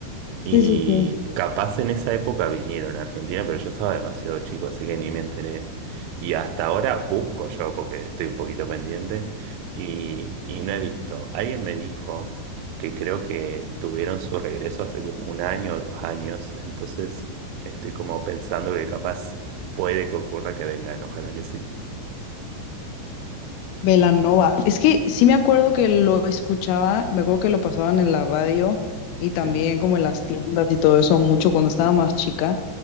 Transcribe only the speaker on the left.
Sí, sí, sí.
Belanova. Es que sí me acuerdo que lo escuchaba, me acuerdo que lo pasaban en la radio y también
como en las tiendas y todo eso mucho cuando estaba más chica.